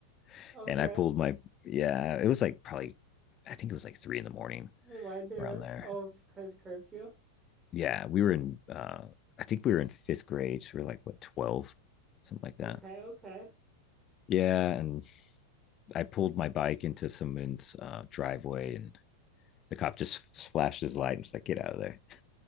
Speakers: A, on the left; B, on the right.
A: <laughs>
B: Okay.
A: and i pulled my yeah it was like probably i think it was like three in the morning
B: Wait, why'd they
A: around
B: arrest
A: there
B: you? Oh, because curfew.
A: yeah we were in uh i think we were in fifth grade so we were like what 12 something like that
B: Okay, okay.
A: yeah and i pulled my bike into someone's uh, driveway and the cop just flashed his light and was like get out of there